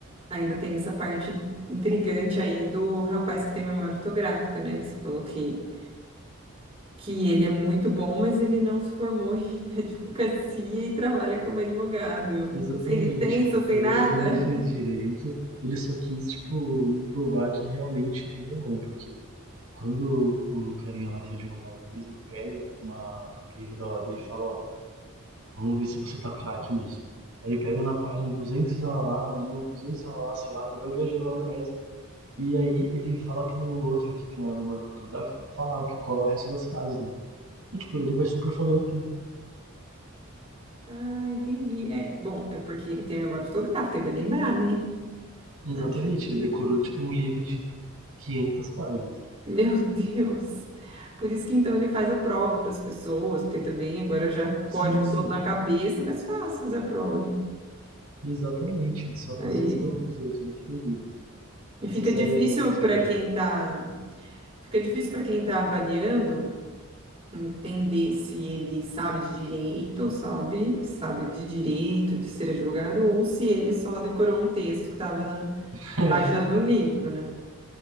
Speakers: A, on the right; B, on the right.
A: ainda tem essa parte intrigante aí do rapaz que tem memória fotográfica, né? Que você falou que, que ele é muito bom, mas ele não se formou <laughs> em advocacia e trabalha como advogado.
B: Exatamente.
A: Sem licença, sem
B: Ele,
A: nada.
B: ele não fez direito, ele só quis, tipo, provar que realmente ele é bom. porque Quando o carinha lá que é advogado mesmo pega uma, o livro da OAB e fala, ó, vamos ver se você tá craque mesmo. Aí ele pega na página 200 ela lá, na linha 200 ela lá, sei lá, e vai viajando na maionese. E aí ele fala pro outro que tem a memória fotográfica falar o que qual é o resto das frases, né? E tipo, ele vai super falando tudo.
A: Ah, entendi. É, bom, é porque ele tem memória fotográfica, ele vai lembrar, né?
B: Exatamente,
A: Acho que.
B: ele decorou tipo um livro de quinhentas páginas.
A: Meu Deus! Por isso que então ele faz a prova para as pessoas, porque também agora já com o código
B: Sim,
A: todo na cabeça, é mais fácil fazer a prova, né?
B: exatamente, ele só
A: Aí
B: fazia isso para os outros, ele que fez ele.
A: e
B: Essa
A: fica
B: série
A: difícil
B: é muito intrigante.
A: para quem tá, fica difícil para quem tá avaliando entender se ele sabe de direito, sabe, sabe de direito, de ser advogado, ou se ele só decorou um texto que estava na
B: <laughs>
A: página de um livro, né?